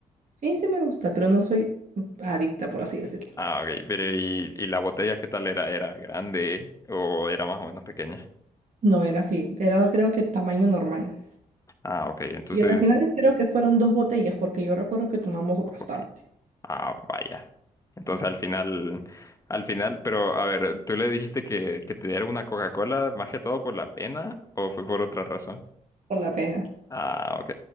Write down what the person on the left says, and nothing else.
Ah, ok. Pero ¿y, y la botella qué tal era? ¿Era grande o era más o menos pequeña?
Ah, ok. Entonces,
ok.
Ah, vaya. Entonces al final, al final, pero a ver, ¿tú le dijiste que, que te diera una Coca-Cola más que todo por la pena o fue por otra razón?
Ah, ok.